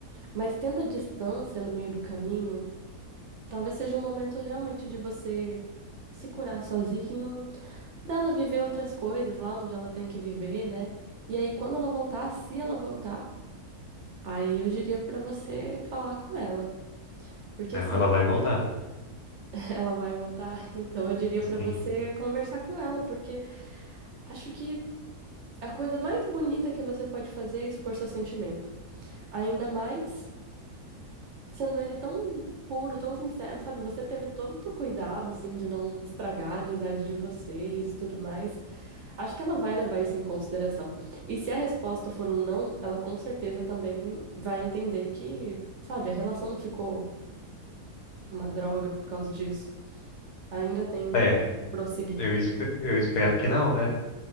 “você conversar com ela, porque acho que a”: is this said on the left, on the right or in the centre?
Right